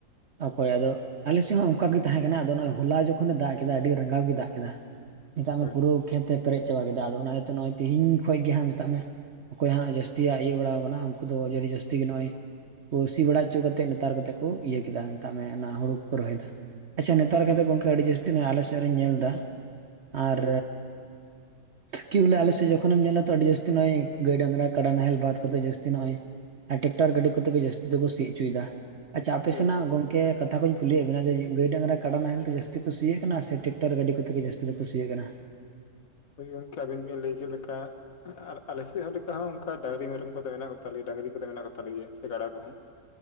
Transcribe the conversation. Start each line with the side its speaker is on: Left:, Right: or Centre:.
Right: ᱚᱠᱚᱭ ᱟᱫᱚ᱾ ᱟᱞᱮᱥᱮᱫ ᱦᱚᱸ ᱚᱱᱠᱟ ᱜᱮ ᱛᱟᱦᱮᱸ ᱠᱟᱱᱟ ᱟᱫᱚ ᱱᱚᱜ ᱚᱭ ᱦᱚᱞᱟ ᱡᱚᱠᱷᱚᱱᱮ ᱫᱟᱜ ᱠᱮᱫᱟ ᱟᱹᱰᱤ ᱨᱟᱸᱜᱟᱣ ᱜᱮ ᱫᱟᱜ ᱠᱮᱫᱟ᱾ ᱢᱮᱛᱟᱜ ᱢᱮ
Left: ᱦᱳᱭ
Right: ᱯᱩᱨᱟᱹ ᱠᱷᱮᱛ ᱮ ᱯᱮᱨᱮᱡ ᱪᱟᱵᱟ ᱠᱮᱫᱟ ᱟᱫᱚ ᱚᱱᱟ ᱤᱭᱟᱹᱛᱮ ᱱᱚᱜᱼᱚᱭ ᱛᱮᱦᱤᱧ ᱠᱷᱚᱱ ᱜᱮ ᱦᱟᱜ ᱢᱮᱛᱟᱜ ᱢᱮ᱾ ᱚᱠᱚᱭ ᱦᱟᱸᱜ ᱡᱟᱹᱥᱛᱤᱭᱟᱜ ᱤᱭᱟᱹ ᱵᱟᱲᱟᱣ ᱟᱠᱟᱱᱟ ᱩᱱᱠᱩ ᱫᱚ ᱟᱹᱰᱤ ᱡᱟᱹᱥ᱾ ᱥᱛᱤ ᱜᱮ ᱱᱚᱜ ᱚᱭ ᱥᱤ ᱵᱟᱲᱟ ᱦᱚᱪᱚ ᱠᱟᱛᱮᱫ ᱱᱮᱛᱟᱨ ᱠᱟᱛᱮᱫ ᱠᱚ ᱤᱭᱟᱹ ᱠᱮᱫᱟ ᱢᱮᱛᱟᱜ ᱢᱮ ᱚᱱᱟ ᱦᱳᱲᱩ ᱠᱚᱠᱚ ᱨᱚᱦᱚᱭ ᱮᱫᱟ᱾ ᱟᱪᱪᱷᱟ ᱱᱮᱛᱟᱨ ᱠᱟ ᱠᱟᱛᱮᱫ ᱜᱚᱢᱠᱮ ᱟᱹᱰᱤ ᱡᱟᱹᱥᱛᱤ ᱟᱞᱮ ᱥᱮᱫ ᱨᱤᱧ ᱧᱮᱞ ᱮᱫᱟ ᱟᱨ᱾
Left: ᱦᱳᱭ
Right: ᱠᱤ ᱵᱚᱞᱮ ᱟᱞᱮᱥᱮᱫ ᱡᱚᱠᱷᱚᱱᱮᱢ ᱧᱮᱞ ᱟ ᱛᱚ ᱟᱹᱰᱤ ᱡᱟᱹᱥᱛᱤ ᱱᱚᱜᱼᱚᱭ ᱜᱟᱹᱭ ᱰᱟᱝᱨᱟ ᱠᱟᱰᱟ ᱱᱟᱦᱮᱞ ᱵᱟᱫ ᱠᱟᱛᱮᱜ ᱡᱟᱹᱥᱛᱤ ᱱᱚᱜᱼᱚᱭ᱾ ᱟᱨ ᱴᱨᱟᱠᱴᱟᱨ ᱜᱟᱹᱰᱤ ᱠᱚᱛᱮ ᱜᱮ ᱡᱟᱹᱥᱛᱤ ᱫᱚᱠᱚ ᱥᱤ ᱦᱚᱪᱚᱭᱮᱫᱟ ᱟᱪᱪᱷᱟ ᱟᱯᱮ
Left: ᱦᱳᱭ
Right: ᱥᱮᱱᱟᱜ
Left: ᱦᱳᱭ
Right: ᱜᱚᱝᱠᱮ᱾ ᱮ ᱠᱟᱛᱷᱟ ᱠᱚᱧ ᱠᱩᱞᱤᱭᱮᱫ ᱵᱮᱱᱟ ᱡᱮ ᱜᱟᱹᱭ ᱰᱟᱝᱨᱟ ᱠᱟᱰᱟ ᱱᱟᱦᱮᱞ ᱛᱮ ᱡᱟᱹᱥᱛᱤ ᱠᱩ ᱥᱤᱭᱮᱜ ᱠᱟᱱᱟ? ᱥᱮ ᱴᱮᱠᱴᱟᱨ ᱜᱟᱹᱰᱤ ᱠᱚᱛᱮ ᱜᱮ ᱡᱟᱹᱥᱛᱤ ᱫᱚ ᱠᱩ ᱥᱤᱭᱮᱜ ᱠᱟᱱᱟ?
Left: ᱦᱳᱭ ᱜᱚᱢᱠᱮ ᱟᱵᱤᱱ ᱵᱤᱱ ᱞᱟᱹᱭ ᱠᱮᱫ ᱞᱮᱠᱟ᱾ ᱟᱨ ᱟᱞᱮᱥᱮᱫ ᱞᱮᱠᱟ ᱦᱚᱸ ᱞᱮᱠᱟ ᱦᱚᱸ ᱚᱱᱠᱟ ᱰᱟᱝᱨᱤ ᱢᱮᱨᱚᱢ ᱠᱚᱫᱚ ᱢᱮᱱᱟᱜ ᱠᱚᱛᱟᱞᱮᱭᱟ ᱰᱟᱝᱨᱤ ᱠᱚᱫᱚ ᱢᱮᱱᱟᱜ ᱠᱚᱛᱟᱞᱮ ᱜᱮᱭᱟ ᱥᱮ ᱜᱟᱰᱟ ᱠᱚᱦᱚᱸ᱾